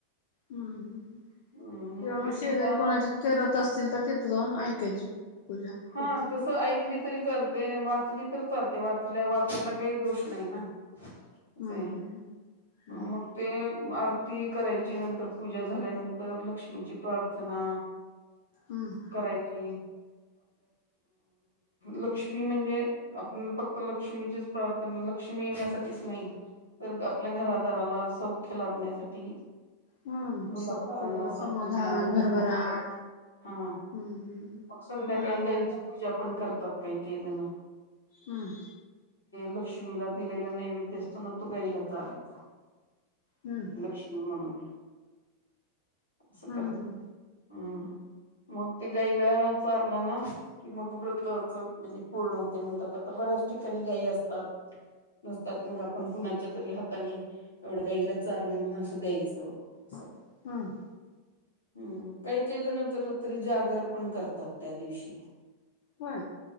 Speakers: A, on the left (about 50°); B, on the left (about 75°).
A: हम्म हम्म
B: हम्म
A: किंवा मग
B: ते पूजा
A: शेजारी कोणाच्या करत असतील तर तीथे जाऊन ऐकायची पूजा
B: हा
A: होती.
B: तस ऐकली. तरी चालते वाचली तर चालते वाचल्या वाचायला काही दोष नाही ना.
A: हम्म
B: आहे
A: हम्म हम्म
B: मग ते अ ती करायची नंतर पूजा झाल्यानंतर लक्ष्मीची प्रार्थना
A: हम्म.
B: करायची. लक्ष्मी म्हणजे आपण फक्त लक्ष्मीचीच प्रार्थना लक्ष्मी साठीच नाही तर आपल्या घरादाराला सौख्य लाभण्यासाठी.
A: हम्म
B: मुला
A: सौख्य,
B: बाळांना सौख्य
A: समाधान,
B: मिळावा म्हणून.
A: भरभराट
B: हा
A: हम्म हम्म
B: मग सुध्या.
A: मुलाबाळांना
B: काही गाईची पूजा पण करतात काही काही जेव्हा
A: हम्म
B: लक्ष्मीला. दिलेला नैवेद्य असतो ना तो गाईला चारायचा
A: हम्म
B: लक्ष्मी म्हणून. असं
A: हम्म
B: करत
A: हम्म
B: हम्म मग ते गाईला चाल. आपला ना कि मग व्रतच म्हणजे पूर्ण होते म्हणतात आता बऱ्याच ठिकाणी गाय असतात. नसतात मग आपण कुणाच्या तरी हाताने एवढं गाईला चार म्हणून असं द्यायचं. असं
A: हम्म
B: हम्म काही काही जण तर रात्री जागर पण करतात. त्या दिवशी
A: होय